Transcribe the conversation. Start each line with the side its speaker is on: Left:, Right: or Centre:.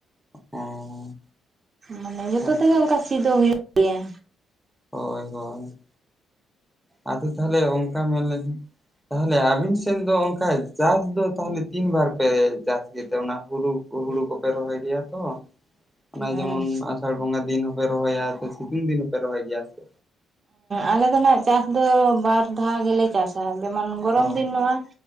Centre: ᱦᱮᱸ
Right: ᱢᱟᱱᱮ ᱡᱚᱛᱚ
Centre: ᱟᱪᱪᱷᱟ
Right: ᱛᱮᱜᱮ ᱚᱱᱠᱟ ᱥᱤ ᱫᱚ ᱦᱩᱭᱩᱜ ᱜᱮᱭᱟ
Centre: ᱦᱳᱭ ᱦᱳᱭ ᱟᱫᱚ ᱛᱟᱦᱮ ᱚᱝᱠᱟ ᱢᱮᱞ ᱞᱮ ᱛᱟᱦᱚᱞᱮ ᱟᱵᱤᱱ ᱥᱮᱱ ᱫᱚ ᱚᱱᱠᱟ ᱪᱟᱥ ᱫᱚ ᱛᱟᱦᱚᱞᱮ ᱛᱤᱱ ᱵᱟᱨ ᱯᱮ ᱪᱟᱥ ᱤᱛᱮ ᱚᱱᱟ ᱦᱩᱲᱩ ᱦᱩᱲᱩ ᱠᱚᱯᱮ ᱨᱚᱦᱚᱭ ᱜᱮᱭᱟ ᱛᱚ ᱚᱱᱟ
Right: ᱟᱨ
Centre: ᱡᱮᱢᱚᱱ ᱟᱥᱟᱲ ᱵᱚᱸᱜᱟ ᱫᱤᱱ ᱦᱚᱸᱯᱮ ᱨᱚᱦᱚᱭᱟ ᱥᱮ ᱥᱤᱛᱩᱝ ᱫᱤᱱ ᱦᱚᱸᱯᱮ ᱨᱚᱦᱚᱭ ᱜᱮᱭᱟ ᱥᱮ
Right: ᱟᱞᱮ ᱫᱚ ᱱᱟᱜ ᱪᱟᱥ ᱫᱚ ᱵᱟᱨ ᱫᱷᱟᱣ ᱜᱮᱞᱮ ᱪᱟᱥᱟ ᱡᱮᱢᱚᱱ ᱜᱚᱨᱚᱢ
Centre: ᱚ
Right: ᱫᱤᱱ ᱱᱚᱣᱟ